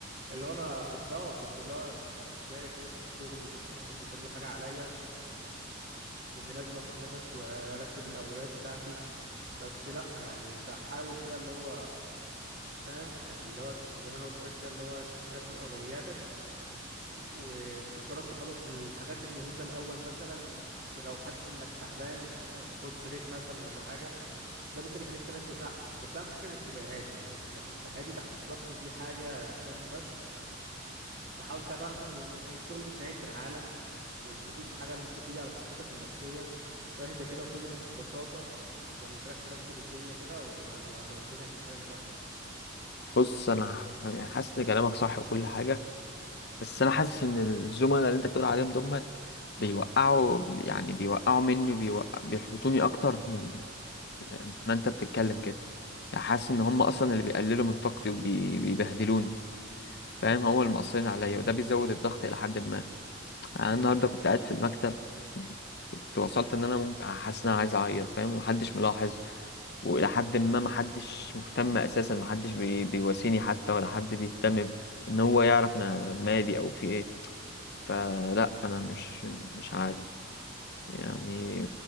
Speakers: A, on the right; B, on the left.
A: اللي هو انا كنت اه كنت اللي هو زيك كده في الشغل كنت بحس ان كل حاجة عليا وان لازم اخد نفس وارتب الاولويات بتاعتي بس لا يعني انت حاول كده اللي هو فاهم يعني اللي هو زي ما انا قلت لك كده اللي هو ترتب اولوياتك وجرب تخلص الحاجات المهمة الاول مثلا ولو حاسس انك تعبان خد بريك مثلا ولا حاجة ده ممكن يخليك تركز احسن بس اهم حاجة انك تبقى هادي يعني انك تبقى هادي تحت الضغط دي حاجة جامدة فشخ فحاول كده تعرف ان الشغل مش نهاية العالم وان مفيش حاجه المفروض تيجي على صحتك النفسيه فاهدى كده وخد الامور ببساطه وزي ما قلت لك رتب الدنيا كده وه- وه- والدنيا هتتحل ان شاء الله
B: بص انا ح- يعني حاسس ان كلامك صح وكل حاجه بس انا حاسس ان الزملاء اللي انت بتقول عليهم دمت بيوقعوا يعني بيوقعوا مني وبيوقع بيحبطوني اكتر من ما انت بتتكلم كده يعني حاسس ان هم اصلا اللي بيقللوا من طاقتي وبيبهدلوني فاهم هو اللي مقصرين عليا وده بيزود الضغط الى حد ما يعني انا النهارده كنت قاعد في المكتب كنت وصلت ان انا ممكن حاسس ان انا عايز اعيط فاهم ومحدش ملاحظ والى حد ما محدش مهتم اساسا محدش بي... بيواسيني حتى ولا حد بيهتم ان هو يعرف انا مالي او في ايه فلا انا مش مش عارف يعني